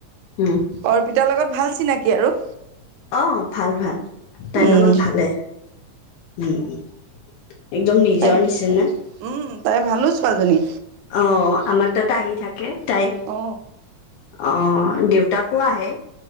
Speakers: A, on the left; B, on the right.
A: উম,
B: অৰ্পিতাৰ লগত ভাল চিনাকি আৰু।
A: অ, ভাল-ভাল তাইৰ
B: উম
A: লগত ভালেই উম, একদম নিজৰ
B: তাই
A: নিচিনা।
B: উম, তাই ভালো ছোৱালীজনী।
A: অ', আমাৰ তাত আহি থাকে তাই।
B: অ
A: অ, দেউতাকো আহে।